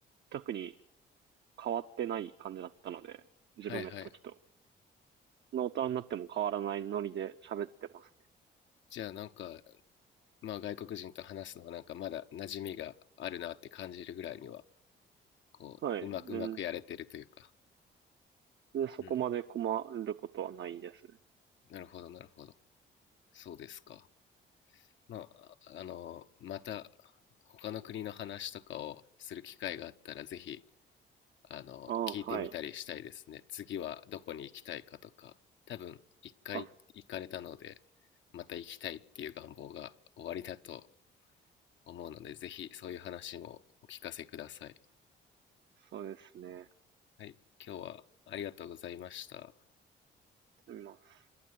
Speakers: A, on the right (about 65°); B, on the left (about 70°).
A: 特に変わってない感じだったので、自分がいた時と。
B: はいはい
A: 大人になっても変わらないノリで喋ってますね。
B: じゃあなんかまあ外国人と話すのはなんかまだ馴染みがあるなって感じるぐらいにはこううまくうまくやれてるというか
A: はい。全で、そこまで困ることはないですね。
B: うんなるほどなるほどそうですかまああのまた他の国の話とかをする機会があったらぜひあの、
A: ああ、
B: 聞いてみたりしたいですね。
A: はい。
B: 次はどこに行きたいかとか、多分一回行かれたので、
A: あ、
B: また行きたいっていう願望が終わりだと思うので、ぜひそういう話もお聞かせください。
A: そうですね。やっ
B: はい、今日はありがとうございました。
A: てみます。